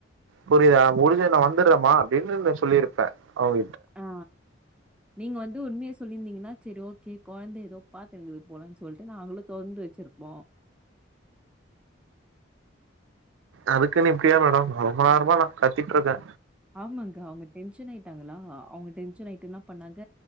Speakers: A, on the right; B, in the centre.
A: புரியுதா முடிஞ்ச நா வந்துறமா
B: ம்.
A: அப்படின்னு சொல்லியிருப்பே அவங்க
B: ஆ நீங்க வந்து உண்மைய சொ ல்லியிருந்தீங்கன்னா சரி ஓகே கொழந்தை ஏதோ பாத்திருக்குது போலன்னு சொல்லிட்டு நாங்களு தொறந்து வச்சிருப்போ
A: அதுக்குன்னு இப்டியா மேடம் ரொம்ப நேரமா நா கத்திட்ருக்கே
B: ஆமாங்க்கா அவங்க டென்ஷன் ஆயிட்டாங்களா அவங்க டென்ஷன் ஆயிட்டு என்னா பண்ணாங்க